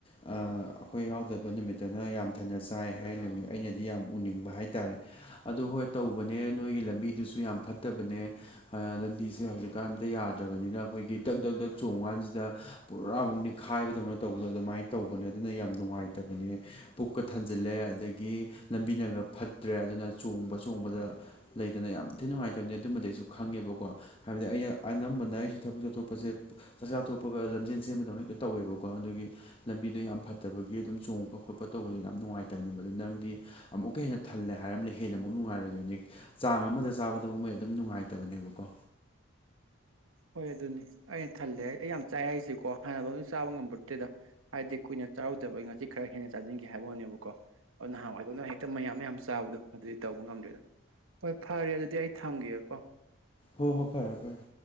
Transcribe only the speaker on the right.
ꯍꯣꯏ ꯑꯗꯨꯅꯦ ꯑꯩꯅ ꯊꯜꯂꯦ ꯑꯩ ꯌꯥꯝ ꯆꯥꯏꯦ ꯍꯥꯏꯁꯤꯀꯣ ꯍꯥꯟꯅ ꯂꯣꯏꯅ ꯆꯥꯕ ꯉꯝꯕꯗꯨꯗ ꯍꯥꯏꯗꯤ ꯀꯨꯏꯅ ꯆꯥꯔꯨꯗꯕꯒꯤ ꯉꯁꯤ ꯈꯔ ꯍꯦꯟꯅ ꯆꯥꯁꯤꯟꯈꯤꯕ ꯍꯥꯏꯕꯅꯦꯕꯀꯣ ꯑꯗꯨ ꯅꯍꯥꯟꯋꯥꯏꯗꯧꯅ ꯍꯦꯛꯇ ꯃꯌꯥꯝ ꯃꯌꯥꯝ ꯆꯥꯕꯗꯣ ꯑꯗꯨꯗꯤ ꯇꯧꯕ ꯉꯝꯗ꯭ꯔꯦꯗ ꯍꯣꯏ ꯐꯔꯦ ꯑꯗꯨꯗꯤ ꯑꯩ ꯊꯝꯒꯦꯀꯣ